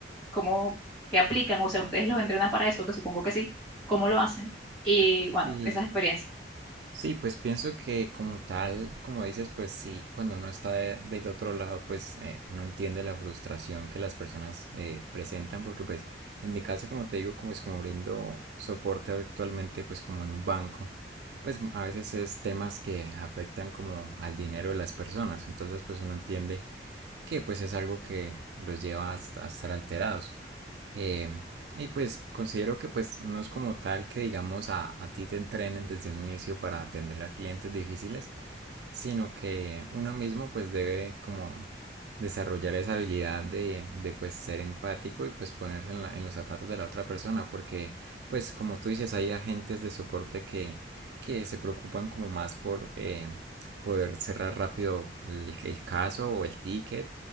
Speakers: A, in the centre; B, on the right.
A: cómo que aplican, o sea, ustedes los entrenan para eso, que supongo que sí, ¿cómo lo hacen? Y bueno,
B: Y,
A: esas experiencias,
B: Sí, pues pienso que como tal, como dices, pues sí, cuando uno está de- del otro lado, pues eh, uno entiende la frustración que las personas eh, presentan, porque pues en mi caso, como te digo, como es como brindo soporte actualmente, pues como en un banco, pues a veces es temas que afectan como al dinero de las personas, entonces pues uno entiende que pues es algo que los lleva a, a estar alterados. Eh, y pues considero que pues no es como tal que digamos a, a ti te entrenen desde un inicio para atender a clientes difíciles, sino que uno mismo pues debe como desarrollar esa habilidad de, de pues ser empático y pues ponerse en, la- en los zapatos de la otra persona porque pues como tú dices hay agentes de soporte que, que se preocupan como más por eh, poder cerrar rápido el, el caso o el ticket